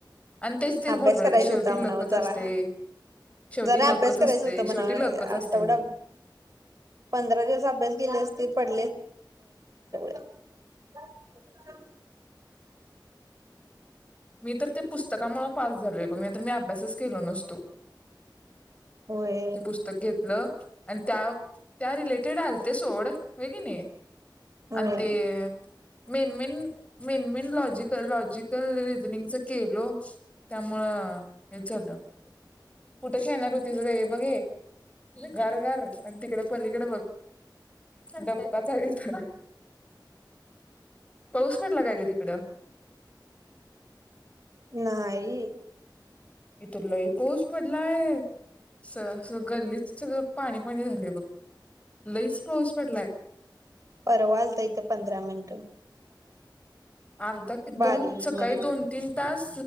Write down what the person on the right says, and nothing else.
अभ्यास
करायचं
होत म्हणा
जरा
जरा
अभ्यास
करायचं होत म्हणा
आठवडा
तिचीनचटळ <unintelligible>
होय
होय
नाही.
परवा आला इथं त पंधरा मिनटं.
बारीक
मध्ये